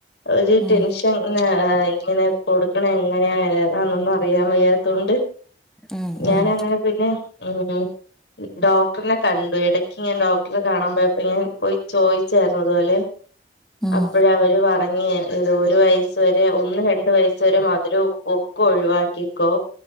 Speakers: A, on the left; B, in the centre.
A: ഒരു
B: ഉം
A: ടെൻഷൻ ഉം ആഹ് ഇങ്ങനെ കൊടുക്കണം എങ്ങനെയാ ഏതാന്നൊന്നും അറിയാൻ വയ്യാത്തോണ്ട്
B: ഉം
A: ഞാനങ്ങനെ
B: ഉം
A: പിന്നെ ഉം ഡോക്ടറിനെ കണ്ടു എട ക്ക് ഞാൻ ഡോക്ടറെ കാണാൻ പോയപ്പോ ഇങ്ങനെ പോയി ചോയിച്ചാരുന്നു അതുപോലെ
B: ഉം
A: അപ്പഴാ അവര് പറ <unintelligible> ഇത് ഒരു വയസ്സ് വരെ ഒന്ന് രണ്ട് വയസ് വരെ മധുരം ഉപ്പുവൊക്കെ ഒഴിവാക്കിക്കോ